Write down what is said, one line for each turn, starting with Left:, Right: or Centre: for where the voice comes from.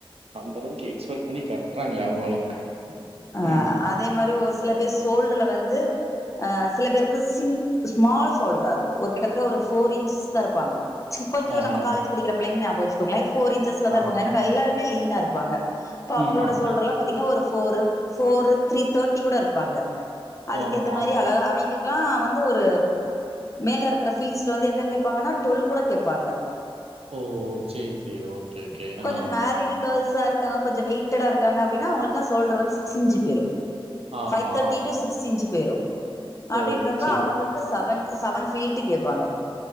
Right: அந்த அளவுக்கு எக்ஸ்பெக்ட் பண்ணி கட்டுறாங்களே அவங்களும்
Left: ஹ
Right: ம்.
Left: அதே மாரி ஒருசி சில பேர் சோல்டர்ல வந்து சில பேருக்கு சிம் ஸ்மால் சோல்டரா இருக்கு ஒரு கிட்டத்த ஒரு ஃபோர் இன்ச்சஸ் இருப்பாங்க கொஞ்சம்
Right: ஆ,
Left: நம்ம
Right: ஆ.
Left: காலேஜ் படிக்கிற பிள்ளங்க நா போச்கோங்லைஸ் ஃபோர் இன்சஸ்ல தா
Right: ஆமா.
Left: இருக்குங்க எல்லருமே லின் ன்னா இருப்பாங்க இப்ப அவங்களோட
Right: ம். ஆமா.
Left: சோல்டற எலா பாத்தீங்கனா ஒரு போர் ஃபோர் த்ரீ தேர்ட்டி கூட இருப்பாங்க அதுக்குேத்த
Right: ஓ!
Left: மாரி
Right: ஆமா.
Left: அழ அவிங்களுக்கு அ வந்து ஒரு மேல இருக்கிற பீல்ஸ்ல வந்து எப்டி கேட்பாங்கன்னா டுவெல் கூட கேட்பாங்க
Right: ஓ சேரி சேரி ஓகே ஓகே
Left: கொஞ்சோ
Right: ஆஹ
Left: மேரிடு கேர்ள்ஸா இருக்காங்க கொஞ்சம் வெயடா இருக்கங்கப்படின உங்களுக்குல்ல சொல்றன்ஸ் சி சிஞ்சு பெறோ
Right: ஆ,
Left: ஃபைவ் தேட்டி
Right: ஆமா.
Left: டு சிக்ஸ் இன்சு போரும் அப்படின்றப்ப
Right: ஓ! சரி.
Left: அவங்களுக்கு சவன் சவன் பீல்ட் கேட்பாங்க